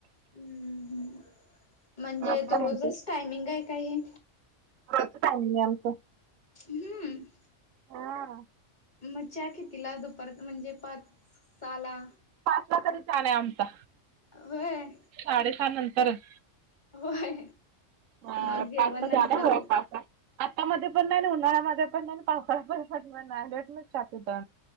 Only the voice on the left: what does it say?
हम्म् म्हणजे
तो
रोजच टायमिंग आहे काय हे?
हम्म.
मग चहा कीतीला दुपारच म्हणजे पाच, सहा ला?
व्हय.
होय
मग जेवण
नंतरच